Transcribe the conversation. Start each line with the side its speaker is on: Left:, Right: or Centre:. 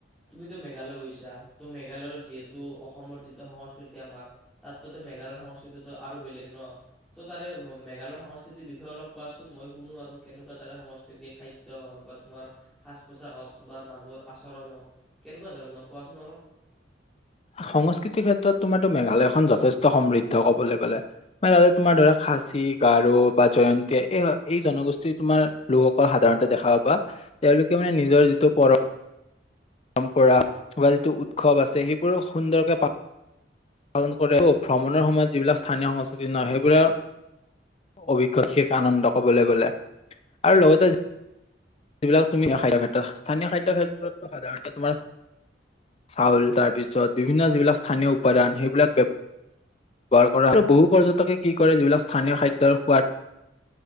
Centre: তুমিতো মেঘালয় গৈছা ত মেঘালয়ত যিহেতু অসমৰ যিটো সংস্কৃতি আমাৰ তাতকৈতো মেঘালয়ৰ সংস্কৃতিটো আৰু বেলেগ ন ত তাৰে মেঘালয়ৰ সংস্কৃ কৃতিৰ বিষয়ে অলপ কোৱাচোন মই শুনো আৰু। কেনেকুৱা তাৰে সংস্কৃতিক খাদ্য হক বা তোমাৰ সাজ পোছাক হক বা মানুহৰ আচৰণ হক কেনেকুৱা ধৰণৰ কোৱাচোন অলপ।
Left: সংস্কৃতিৰ ক্ষেত্ৰত তোমাৰটো মেঘালয়খন যথেষ্ট সমৃদ্ধ কবলৈ গলে মানে তাতে তোমাৰ ধৰা খাচী, গাৰো বা জয়ন্তী এই -এই জনগোষ্ঠী তোমাৰ লোকসকল সাধাৰণতে দেখা পাবা তেওঁলোকে মানে নিজৰ যিটো পৰম পৰম্পৰা বা যিটো উৎসৱ আছে সেইবোৰ সুন্দৰকে <inaudible> পালন কৰে ভ্ৰমণৰ সময়ত যিবিলাক স্থানীয় সংস্কৃতি নহয় সেইবিলাক <inaudible> অভিজ্ঞ শেষ আনন্দ কবলৈ গলে আৰু লগতে যিবিলাক <unintelligible> স্থানীয় খাদ্যৰ ক্ষেত্ৰত সাধাৰণতে তোমাৰ <inaudible> চাউল তাৰপিছত বিভিন্ন যিবিলাক স্থানীয় উপাদান সেইবিলাক <inaudible> ব্যৱহাৰ কৰা আৰু বহু পৰ্যটকে কি কৰে যিবিলাক স্থানীয় খাদ্যৰ সোৱাদ